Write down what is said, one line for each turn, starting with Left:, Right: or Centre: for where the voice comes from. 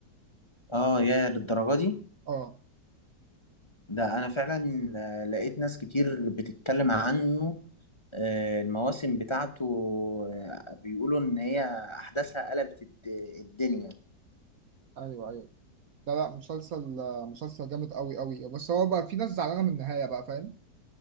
Left: اه يا للدرجه دي
Right: اه
Left: ده انا فعلا آه، لقيت ناس كتير بتتكلم عنه آه، المواسم بتاعته آه، بيقولوا ان هي احداثها قلبت الد- الدنيا
Right: ايوه ايوه لا لا مسلسل مسلسل جامد قوي قوي بس هو بقى في ناس زعلانه من النهايه بقى فاهم